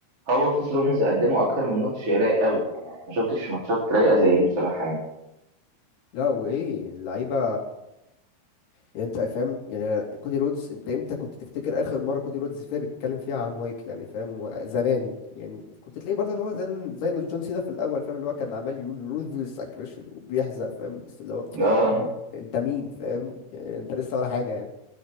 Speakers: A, on the right; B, on the left.
A: هو وسيس رولينز قدموا أكتر من ماتش رايق قوي يعني أنا ما شفتش ماتشات رايقة زي دي بصراحة يعني
B: لا وايه اللعيبه يعني انت فاهم يعني أنا- كودي رودز انت امتى كنت تفتكر اخر مره كودي رودز فيها بيتكلم فيها عن مايك يعني فاهم و- زمان يعني كنت تلاقي برضه اللي هو زي زي جون سينا في الاول فاهم اللي هو كان عمال يقول روثلس اجريشن وبيحزق فاهم بس اللي هو
A: اه
B: انت مين فاهم يعني انت لسه ولا حاجه يعني